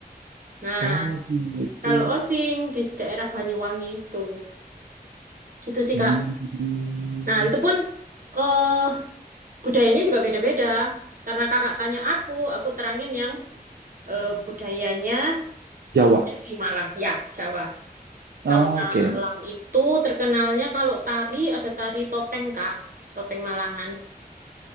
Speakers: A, on the right; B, on the right.
A: Nah,
B: oh gitu.
A: kalau Osing di daerah Banyuwangi itu. Gitu sih,
B: Hmm.
A: Kak. Nah, itu pun eh budayanya juga beda-beda. Karena Kakak tanya aku, aku terangin yang eh, budayanya
B: Jawa.
A: khususnya di Malang, ya, Jawa.
B: Oke.
A: Kalau Malang itu terkenalnya kalau tari ada tari topeng, Kak. Topeng Malangan.